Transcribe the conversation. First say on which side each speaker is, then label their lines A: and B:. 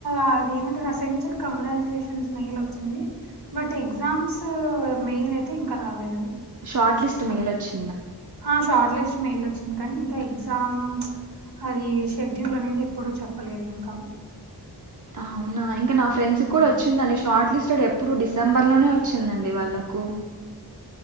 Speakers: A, on the right; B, on the right.
A: అది ఏమంటారు అసెంచర్ కంగ్రాజ్యులేషన్స్ మెయిల్ ఒచ్చింది. బట్ ఎగ్జామ్స్ మెయిల్ అయితే ఇంక రాలేదు.
B: షార్ట్లిస్ట్ మెయిలొచ్చి
A: హా షార్ట్ లిస్ట్ మెయిల్ ఒచ్చింది కానీ ఇంకా ఎగ్జామ్ అదీ షెడ్యూల్ అనేది ఎప్పుడో చెప్పలేదింకా.
B: అవునా ఇంకా నా ఫ్రెండ్స్
A: ఉహు
B: కూడా వచ్చిందండి షార్ట్ లిస్టెడ్ ఎప్పుడూ డిసెంబర్లోనే ఒచ్చిందండి వాళ్ళకు.